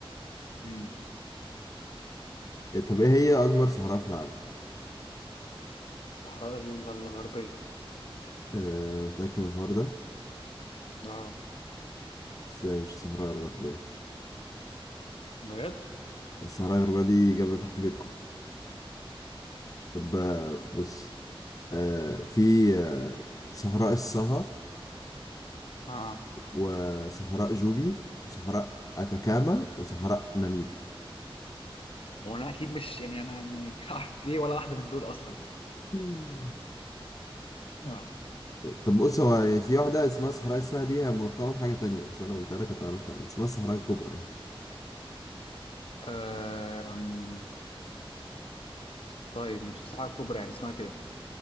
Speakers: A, on the left; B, on the left.
A: امم
B: إيه، طب إيه هي أكبر صحراء في العالم؟
A: الصحراء ال- الغربيه
B: آه، متأكد من الحوار ده؟
A: اه
B: بس هي مش الصحراء الغربية
A: بجد
B: الصحراء الغربية دي جنب تحت بيتكم طب آه، بص آه، في آه، صحراء الصها
A: اه
B: وصحراء جوبي وصحراء أتاكاما وصحراء ناميب
A: هو انا اكيد مش يعني انا يعني <laughs> هعرف ليه ولا واحده من دول اصلا
B: آه،
A: اه
B: طب بص هو في واحدة اسمها صحراء الساعة دي هي ملقبة بحاجة تانية بس أنا قلت لك هتعرفها يعني اسمها الصحراء الكبرى يعني
A: أم، طيب مش الصحراء الكبرى يعني اسمها كده